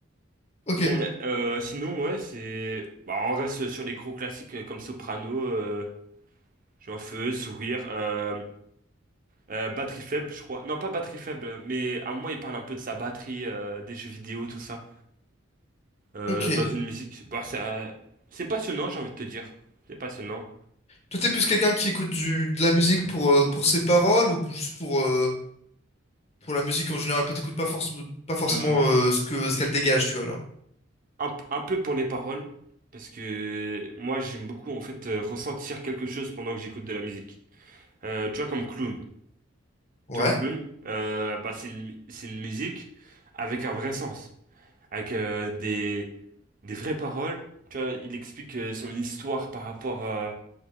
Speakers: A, on the left (about 35°); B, on the right (about 45°).
A: Ok,
B: Mais euh, sinon, ouais, c'est. Bah, on reste sur les gros classiques euh, comme Soprano, euh, J'ai un feu, Sourire, euh, euh, Batterie faible, je crois. Non, pas Batterie faible, mais à moi, il parle un peu de sa batterie, euh, des jeux vidéo, tout ça. euh,
A: ok.
B: dans une musique. Bah, c'est un- c'est passionnant, j'ai envie de te dire. C'est passionnant.
A: Toi, t'es plus quelqu'un qui écoute du, de la musique pour, euh, pour ses paroles ou juste pour, euh, pour la musique en général? Pas t'écoutes pas forcément, pas forcément
B: Euh,
A: euh, ce que, ce qu'elle dégage, tu vois, alors.
B: un, p- un peu pour les paroles, parce que moi j'aime beaucoup en fait euh, ressentir quelque chose pendant que j'écoute de la musique. Euh, tu vois comme Clown.
A: Ouais,
B: Tu vois Clown, euh, bah c'est une, c'est une musique avec un vrai sens, avec euh, des des vraies paroles. Tu vois, il explique euh, son histoire par rapport euh,